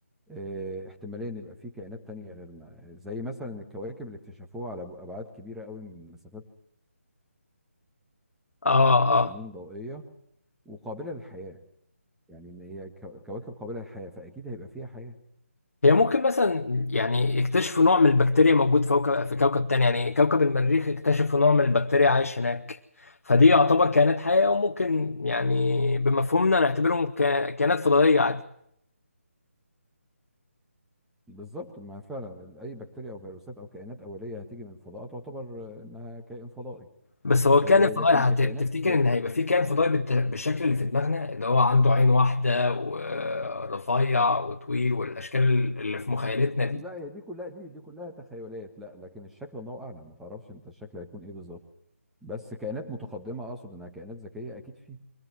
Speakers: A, in the centre; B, on the left (about 70°).
A: آه، احتمالية ان يبقى في كائنات تانية غيرنا زي مثلا الكواكب اللي اكتشفوها على أبعاد كبيرة قوي من مسافات
B: اه
A: سنين
B: اه
A: ضوئية وقابلة للحياة يعني ان هي كو- كواكب قابلة للحياة فأكيد هيبقى فيها حياة
B: هي ممكن مثلا يعني يكتشفوا نوع من البكتيريا موجود فوق في كوكب تاني يعني كوكب المريخ اكتشفوا نوع من البكتيريا عايش هناك فدي يعتبر كائنات حيه وممكن يعني بمفهومنا نعتبرهم ك- كائنات فضائيه عادي
A: بالظبط ما فعلا ال- أي بكتيريا أو فيروسات أو كائنات أولية هتيجي من الفضاء تعتبر آه، إنها كائن فضائي
B: بس هو
A: آه،
B: كان فضاي
A: لكن
B: هت-
A: ككائنات
B: تفتكر ان هيبقى في كان فضاي بالت- بالشكل اللي في دماغنا اللي هو عنده عين واحده ورفيع وطويل والاشكال اللي في مخيلتنا دي
A: لا هي دي كلها دي دي كلها تخيلات لا لكن الشكل الله اعلم ما تعرفش انت الشكل هيكون ايه بالظبط بس كائنات متقدمه اقصد انها كائنات ذكيه اكيد في